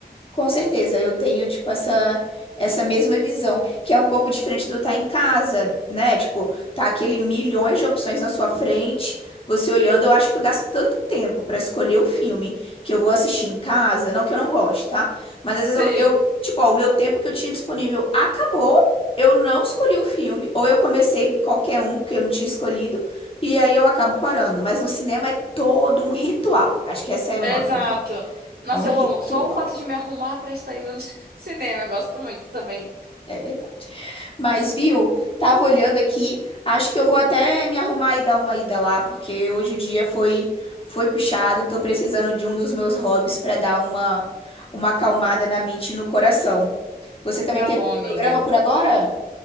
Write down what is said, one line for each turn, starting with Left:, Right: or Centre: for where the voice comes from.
Left: Com certeza, eu tenho, tipo, essa, essa mesma visão, que é um pouco diferente do estar em casa, né? Tipo, tá aquele milhões de opções na sua frente, você olhando, eu acho que eu gasto tanto tempo pra escolher o filme que eu vou assistir em casa, não que eu não goste, tá? Mas às vezes
Right: Sim,
Left: eu, eu, tipo, ó, o meu tempo que eu tinha disponível acabou, eu não escolhi o filme, ou eu comecei qualquer um porque eu não tinha escolhido, e aí eu acabo parando. Mas no cinema é todo um ritual, acho que esse é
Right: exato.
Left: o nome, é um, é
Right: Nossa,
Left: um ritual.
Right: eu amo. Só o fato de me arrumar pra estar indo no <laughs> cinema, eu gosto muito também.
Left: É verdade. Mas,
Right: Uhum.
Left: viu? Tava olhando aqui. Acho que eu vou até me arrumar e dar uma ida lá, porque hoje o dia foi foi puxado. Tô precisando de um dos meus hobbies pra dar uma uma acalmada na mente e no coração. Você também
Right: Tá
Left: tem
Right: bom,
Left: algum
Right: amiga.
Left: programa por agora?